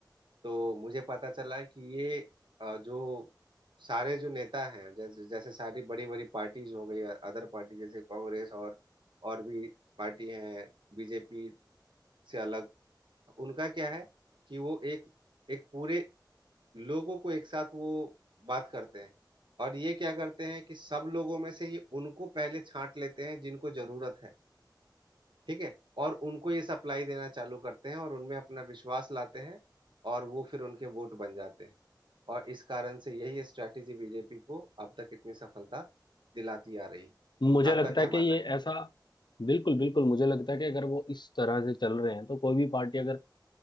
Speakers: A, on the right; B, on the left.
A: तो मुझे पता चला कि ये अ, जो सारे जो नेता हैं जैसे जैसे सारी बड़ी बड़ी पार्टीज हो गई अदर पार्टी जैसे कांग्रेस और और भी पार्टी हैं बीजेपी से अलग उनका क्या है कि वो एक एक पूरे लोगों को एक साथ वो बात करते हैं और ये क्या करते हैं कि सब लोगों में से ये उनको पहले छांट लेते हैं जिनको जरूरत है ठीक है और उनको ये सप्लाई देना चालू करते हैं और उनमें अपना विश्वास लाते हैं और वो फिर उनके वोट बन जाते हैं और इस कारण से यही स्ट्रैटेजी बीजेपी को अब तक इतनी सफलता दिलाती आ रही
B: मुझे
A: आपका
B: लगता
A: क्या
B: है कि
A: मानना
B: ये
A: है
B: ऐसा बिल्कुल बिल्कुल मुझे लगता है कि अगर वो इस तरह से चल रहे हैं तो कोई भी पार्टी अगर